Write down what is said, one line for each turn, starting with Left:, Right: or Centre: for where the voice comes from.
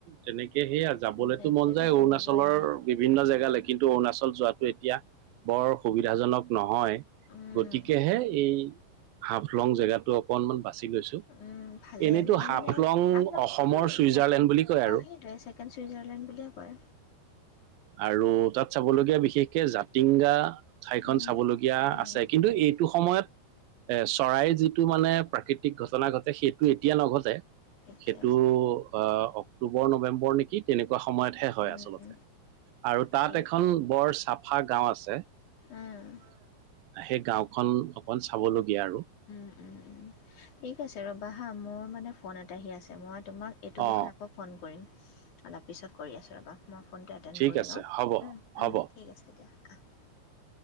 Right: তেনেকে সে আ <unintelligible> যাবলৈতো
Left: উম, এতিয়ালৈকে
Right: মন যায় অৰুণাচলৰ
Left: মিলোৱাই নাই।
Right: বিভিন্ন
Left: উম,
Right: জেগালৈ কিন্তু অৰুণাচল যোৱাটো এতিয়া <unintelligible> বৰ সুবিধাজনক নহয়
Left: উম,
Right: গতিকেহে এই <unintelligible> হাফলং জেগাটো অকনমান বাচি লৈছোঁ
Left: উম, ভালেই
Right: <unintelligible> এনেতো
Left: মই
Right: হাফলং
Left: মানে হাফ লং
Right: অসমৰ
Left: বুলিতো
Right: চুইজাৰলেণ্ড
Left: ছেকেণ্ড
Right: বুলি কয় আৰু
Left: অ', সেইটোৱে
Right: <unintelligible>
Left: ছেকেণ্ড চুইজাৰলেণ্ড বুলিয়ে কয়।
Right: আৰু তাত চাবলগীয়া বিশেষকে জাতিংগা ঠাইখন
Left: উম,
Right: চাবলগীয়া
Left: উম,
Right: আছে কিন্তু এই <unintelligible> সেইটো সময়ত <unintelligible> এ চৰাইৰ যিটো মানে প্ৰাকৃতিক ঘটনা ঘটে সেইটো এতিয়া নঘটে <unintelligible>
Left: ঠিকে
Right: সেইটো
Left: আছে।
Right: আহ অক্টোবৰ নৱেম্বৰ নেকি তেনেকুৱা সময়তহে হয়
Left: উম,
Right: আচলতে <unintelligible> আৰু তাত
Left: ঠিক
Right: এখন বৰ চাফা গাঁও আছে।
Left: অ'।
Right: <unintelligible> সেই গাঁওখন অকন চাবলগীয়া আৰু
Left: উম, উম, উম। ঠিক আছে ৰ'বা হা মোৰ মানে ফোন এটা আহি আছে মই তোমাক এইটো
Right: অ
Left: বিষয়ে আকৌ ফোন কৰিম। <unintelligible> অলপ পিছত কৰি আছো ৰবা <unintelligible> মই ফোনটো এটেণ্ড
Right: ঠিক
Left: কৰি
Right: আছে
Left: লওঁ
Right: হ'ব
Left: উম-উম
Right: হ'ব
Left: ঠিক আছে দিয়া আহ <unintelligible>